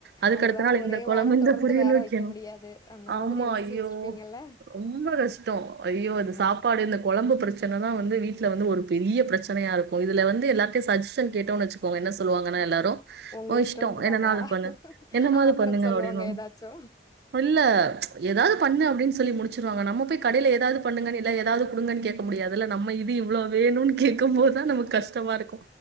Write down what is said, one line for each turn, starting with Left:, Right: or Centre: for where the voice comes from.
Right: அதுக்கடுத்த
Left: அது வேற
Right: நாள் யிந்த
Left: ஒரே
Right: கொழம்பு
Left: வாரம் தொடர்ந்து
Right: பொரியல்
Left: வேற
Right: வைக்கணு
Left: வைக்க முடியாது அந்த மாதிரி
Right: ஆமா
Left: யோசிச்சு
Right: ஐயோ
Left: வச்சிருப்பீங்கல்ல
Right: ரொம்ப கஷ்டம் ஐயோ அது
Left: ம்
Right: சாப்பாடு இந்த கொழம்பு பிரச்ச தா வந்து வீட்டுல வந்து ஒரு பெரிய பிரச்சனையாருக்கு எதுல வந்து எல்லாத்தயு சஜஷன் கேட்டோனு வச்சுக்கோங்க என்ன சொல்லுவாங்கனா எல்லாரு
Left: உங்க
Right: வோ
Left: இஷ்டம்ன்றுவாங்களா
Right: இஷ்ட என்னனாலு பண்ணு என்ன
Left: ஆனா
Right: மாதுபண்ணுங்க
Left: அப்புற சொல்லுவாங்க
Right: அப்டினு
Left: ஏதாச்சு
Right: இல்ல எதாவது பண்ணு அப்டின்னு சொல்லி முடிச்சிருவாங்க நம்ம போய்கடயில எதாவதுண்ணுங்க இல்ல எதாவது குடுங்கனு கேக்க முடியாதுல நம்ம இது இவ்ளோ வேணுனு கே இர்க்கும் போதுதா நமக்கு கஷ்டமாருக்கு